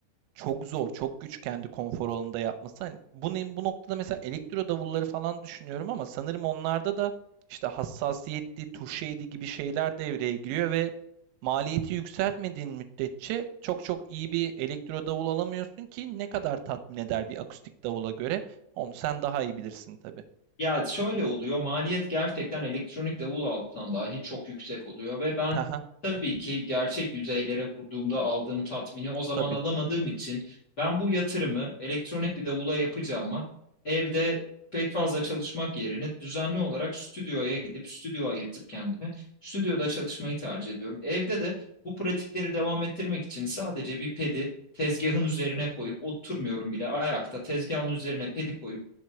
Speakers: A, on the right (about 85°); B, on the left (about 45°).
A: çok zor, çok güç kendi konfor alanında yapması. Hani bunu, bu noktada mesela elektro davulları falan düşünüyorum ama sanırım onlarda da işte hassasiyetli tuşeydi gibi şeyler devreye giriyor ve maliyeti yükseltmediğin müddetçe çok çok iyi bir elektro davul alamıyorsun ki ne kadar tatmin eder bir akustik davula göre. Onu sen daha iyi bilirsin tabii.
B: Ya şöyle oluyor, maliyet gerçekten elektronik davul altından dahi çok yüksek oluyor ve ben
A: Aha,
B: tabii ki gerçek yüzeylere vurduğumda aldığım tatmini o zaman
A: tabii.
B: alamadığım için ben bu yatırımı elektronik bir davula yapacağıma evde pek fazla çalışmak yerine düzenli olarak stüdyoya gidip stüdyo ayırtıp kendime stüdyoda çalışmayı tercih ediyorum. Evde de bu pratikleri devam ettirmek için sadece bir pedi tezgahın üzerine koyup oturmuyorum bile ayakta tezgahın üzerine pedi koyup